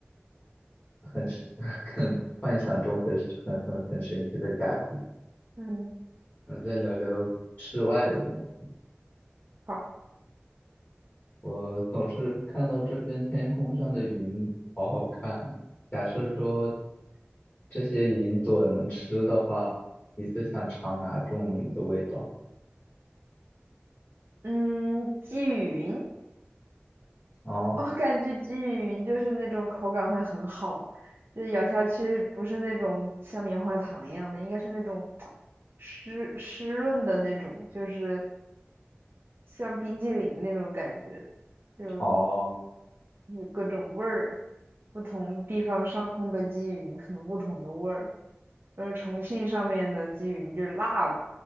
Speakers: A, on the left (about 30°); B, on the right (about 55°).
A: 很神 <laughs> 很幻想中很很很很神奇的家居，
B: 嗯，
A: 那再聊聊室外的东西。
B: 好，
A: 我总是看到这边天空上的云好好看。假设说这些云朵能吃的话，你最想尝哪种云的味道？
B: 嗯，鲫鱼云，
A: 哦
B: 我感觉鲫鱼云就是那种口感会很好，就咬下去不是那种像棉花糖一样的，应该是那种湿湿润的那种，就是像冰激凌那种感觉，就
A: 哦，
B: 有各种味儿，不同地方上空的鲫鱼云可能不同的味儿，呃，重庆上面的鲫鱼云就是辣的，